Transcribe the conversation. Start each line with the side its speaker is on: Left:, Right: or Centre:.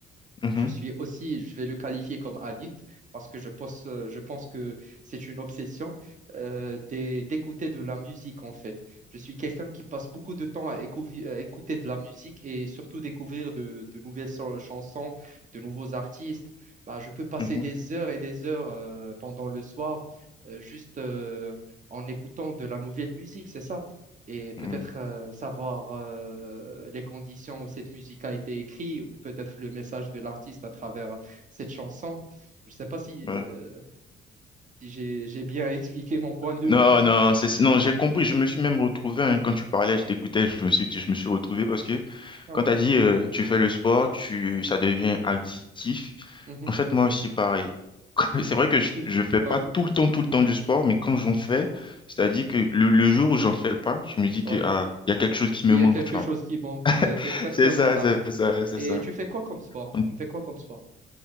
Left: Mhm,
Right: je suis aussi, je vais le qualifier comme addict parce que je pense, euh, je pense que c'est une obsession euh, d'é- d'écouter de la musique en fait. Je suis quelqu'un qui passe beaucoup de temps à, écouvi- à écouter de la musique et surtout découvrir de, de nouvelles so- chansons, de nouveaux artistes. Bah, je peux passer
Left: mhm,
Right: des heures et des heures euh, pendant le soir euh, juste euh, en écoutant de la nouvelle musique, c'est ça et peut-être
Left: mm,
Right: euh, savoir euh, les conditions où cette musique a été écrite ou peut-être le message de l'artiste à travers euh, cette chanson. Je ne sais pas si,
Left: ouais.
Right: euh, si j'ai, j'ai bien expliqué mon point de
Left: Non,
Right: vue.
Left: non,
Right: <laughs>
Left: c'est, non, j'ai compris. Je me suis même retrouvé hein, quand tu parlais, je t'écoutais, je me suis, je me suis retrouvé parce que
Right: Ah
Left: quand
Right: ouais.
Left: tu as dit euh, tu fais le sport, tu, ça devient addictif.
Right: Mhm.
Left: En fait, moi aussi, pareil. <laughs> C'est vrai que je,
Right: Tu fais-
Left: je fais pas
Right: Ouais,
Left: tout le temps, tout le temps du sport, mais quand j'en fais, c'est-à-dire que le, le jour où j'en fais pas, je me dis
Right: ouais.
Left: que ah, il y a quelque chose qui
Right: Il
Left: me
Right: y
Left: manque,
Right: a quelque
Left: tu vois.
Right: chose qui manque, c'est
Left: <laughs>
Right: exactement
Left: C'est ça,
Right: ça.
Left: c'est ça, c'est
Right: Et
Left: ça.
Right: tu fais quoi comme sport?
Left: Donc,
Right: Tu fais quoi comme sport?